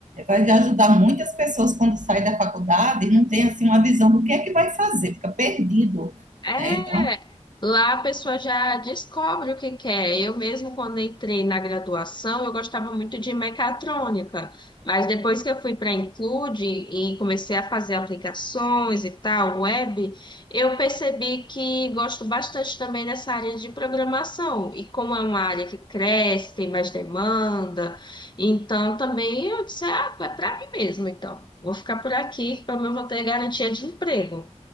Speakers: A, on the right; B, on the left.
A: vai ajudar muitas pessoas quando sai da faculdade e não tem assim uma visão do que é que vai fazer, fica perdido,
B: É,
A: né? Então,
B: lá a pessoa já descobre o que quer. Eu mesmo, quando entrei na graduação, eu gostava muito de mecatrônica, mas depois que eu fui para a Include e comecei a fazer aplicações e tal, web, eu percebi que gosto bastante também dessa área de programação. E como é uma área que cresce, tem mais demanda, então também eu disse, ah, é para mim mesmo, então. Vou ficar por aqui, pelo menos vou ter garantia de emprego.